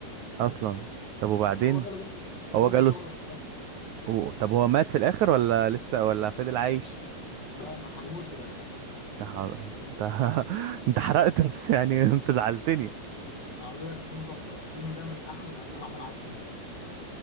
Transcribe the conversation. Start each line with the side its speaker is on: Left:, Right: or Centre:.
Right: اصلا طب وبعدين
Left: هو جاله بقى- جاله
Right: هو جاله
Left: من الشغل
Right: الس...
Left: الحرام
Right: و... طب هو مات في الاخر ولا لسه ولا فضل عايش
Left: لا انا هيموت في الاخر
Right: لا حول- انت <laughs> انت حرقت بس يعني <laughs> انت زعلتني
Left: عايز أقول لك الفيلم تحفه الفيلم ده من احلى الافلام عملها عادل امام